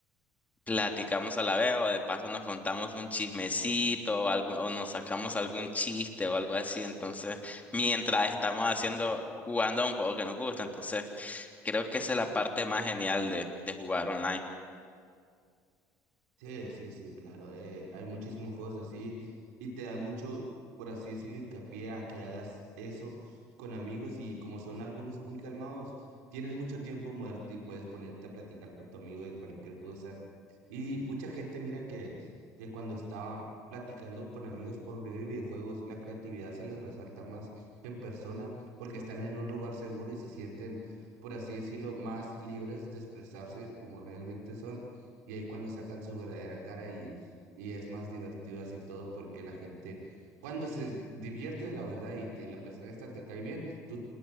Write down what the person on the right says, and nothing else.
Sí, sí, sí, claro. eh, hay muchísimos juegos así y te da mucho, por así decirlo, hincapié a que hagas eso con amigos y como son algunos muy calmados, tienes mucho tiempo muerto y puedes ponerte a platicar con tu amigo de cualquier cosa. Y mucha gente mira que, que cuando está platicando con amigos por medio de videojuegos, la creatividad se les resalta más que en persona porque están en un lugar seguro y se sienten, por así decirlo, más libres de expresarse como realmente son. Y ahí cuando sacan su verdadera cara y, y es más divertido así todo porque la gente, cuando se divierte la verdad y, te- y la persona esta te cae bien, tú